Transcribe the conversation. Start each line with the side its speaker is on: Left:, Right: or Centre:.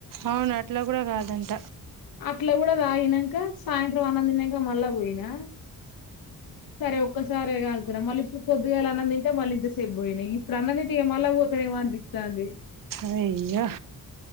Right: అవును అట్లా కూడా కాదంట
Left: అట్లా కూడా తాగినంక సాయంత్రం అన్నంది నంక మళ్ళా పోయినా సరే ఒక్క సారే గ మళ్ళీ ఇప్పుడు పోద్దుగాల అన్నం తింటే మళ్ళ ఇంతసేపు పోయినా ఇప్పుడు అన్నంతింటే ఇ గ మళ్ళీ పోతన్నామో అనిపిస్తాంది
Right: అయ్యో